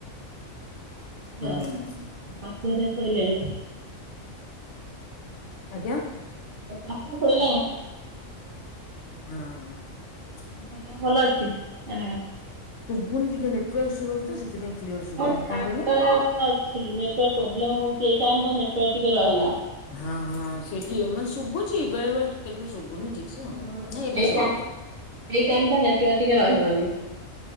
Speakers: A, on the left; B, on the right.
A: ହୁଁ
B: ଯାଉ ଆଃ ହେରା ଶଇଲାଣି?
A: ଆଜ୍ଞା?
B: ଏ ପାପା ଶୋଇଲାଣି?
A: ହଁ।
B: ତାଙ୍କ ଦେହ ଭଲ ଅଛି ଏନାକେ।
A: ପୁଣି ଟିକେ ନେଟୱାର୍କ ଇସୁ ରହୁଚି ତ ସେଥିପାଇଁ। କ୍ଲିୟର ଶୁଭିଲାନି
B: ମୋ ଛାତରେ
A: କଣ କହିଲେ?
B: ଅ ତ ଛି। ନେଟୱାର୍କ ପ୍ରୋବ୍ଲେମ ହଉଚି ଏଇ ଟାଇମରେ ନେଟୱାର୍କ ଟିକେ ରହେ ନା।
A: ହଁ ହଁ ସେଠି ମାନେ ଶୁଭୁଚି ବେଳେ ବେଳେ ଟିକେ ଟିକେ ଶୁଭୁନି। ଠିକ ସେ ଆଉ।
B: ହୁଁ।
A: ନାଇଁ ଏବେ
B: ଏଇଟା
A: ଶୁଭିଲା
B: ଏଇ ଟାଇମଟା ନେ ଟୁଆ ଟିକେ ରହିବନି।